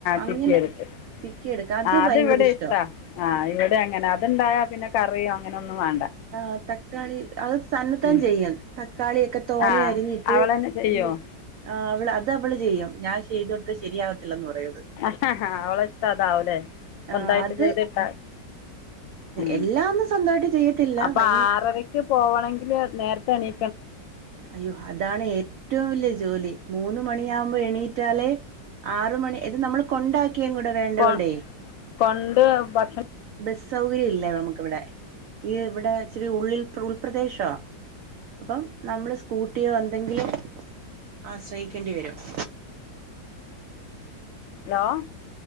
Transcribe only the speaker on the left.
ചിക്കി എടുത്തിട്ട്
ആ അത്
ഇവിടേം
ഇഷ്ടാ ആഹ് ഇവിടെ അങ്ങനെ അതിണ്ടായ പിന്നെ കറി അങ്ങനെ ഒന്നും വേ
ഉം.
ആ
അവൾ തന്നെ ചെയ്യുമോ
ആ അവള ഇഷ്ട അതാവലേ
എന്തായിട്ട്
ചെയ്തിട്ട ഉ
അപ്പൊ
ആറരക്ക് പോവണെങ്കില് നേരത്തെ എണീ
കൊ കൊണ്ട് ഭക്ഷണം
ഹലോ